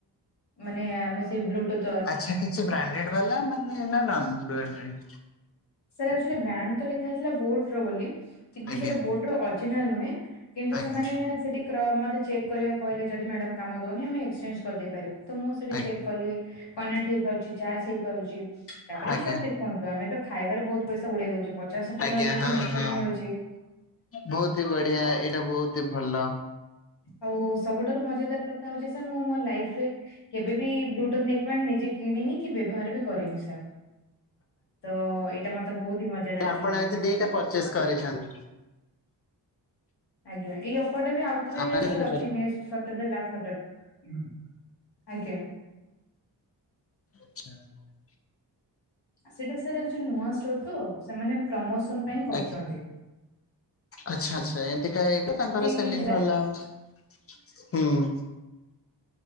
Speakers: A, on the left; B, on the left.
A: ମାନେ ଆମେ ସେ ବ୍ଲୁଥୁଟ୍
B: ଆଚ୍ଛା କିଛି ବ୍ରାଣ୍ଡେଡ୍ ବାଲା ମାନେ ନା ନନ୍ ବ୍ରାଣ୍ଡେଡ୍?
A: ସେରା ଆଚ୍ୟୁଲି ବ୍ରାଣ୍ଡ ତ ଲେଖା ହେଇଥିଲା ବୋଟ୍ ର ବୋଲି କିନ୍ତୁ
B: ଆଜ୍ଞା
A: ସେଇଟା ବୋଟ୍ ର ଅର୍ଜିନାଲ୍ ନୁହେଁ କିନ୍ତୁ
B: ଆଜ୍ଞା
A: ସେମାନେ ସେଠି <unintelligible> ମତେ ଚେକ୍ କରିବା କୁ କହିଲେ ଯଦି ମ୍ୟାଡା଼ମ କାମ ଦଉନି ଆମେ ଏକ୍ସଚେଞ୍ଜ୍ କରିଦେଇ ପାରିବା ତ ମୁଁ ସେଠି
B: ଆଜ୍ଞା
A: ଚେକ୍ କଲି। କନେକ୍ଟ ହେଇପାରୁଛି ଚାର୍ଜ ହେଇପାରୁଛି। ତାପରେ
B: ଆଜ୍ଞା।
A: ବି ସାର୍ ଦେଖନ୍ତୁ ଆମେ ତ ଖାଇବାରେ ବହୁତ୍ ପଇସା ଉଡ଼େଇ ଦଉଛେ ପଚାଶ ଷାଠିଏ
B: ଆଜ୍ଞା
A: ଟଙ୍କାରେ ଯଦି
B: ହଁ
A: <unintelligible>
B: ହଁ
A: ମିଳୁଚି।
B: ବହୁତ ହିଁ ବଢ଼ିଆ ଏଇଟା ବହୁତ୍ ହି ଭଲ।
A: ଆଉ ସବୁଠାରୁ ମଜାଦାର କଥା ହଉଛି ସାର୍ ମୁଁ ମୋ ଲାଇଫ୍ ରେ କେବେବି ବ୍ଲୁଟୁ <unintelligible> ନିଜେ କିଣିନି କି ବ୍ୟବହାର ବି କରିନି ସାର୍ ତ ଏଇଟା ମତେ ବହୁତ୍ ହିଁ ମଜାଦାର
B: ଆପଣ
A: ଥିଲା।
B: ଆଜି ଦିଟା ପରଚେସ୍ କରିଛ <unintelligible>
A: ଆଜ୍ଞା ଏଇ ଅଫରଟା ବି ଆଉଥରେ
B: ଆପଣ କେତେ
A: ସାରେ ଅଛି next Saturday last Saturday ଆଜ୍ଞା।
B: ହୁଁ।
A: ସେଟା ସାର୍ ଆଚ୍ୟୁଲି ନୂଆ ଷ୍ଟୋର ତ ସେମାନେ ପ୍ରମୋସନ୍ ପାଇଁ କରୁଚନ୍ତି।
B: ଆଜ୍ଞା। ଆଚ୍ଛା ଆଚ୍ଛା ଏମିତି କା <unintelligible> ତାଙ୍କର ସେଲିଙ୍ଗ୍
A: ହେଇଥିଲା।
B: ଭଲ ହବ ହୁଁ।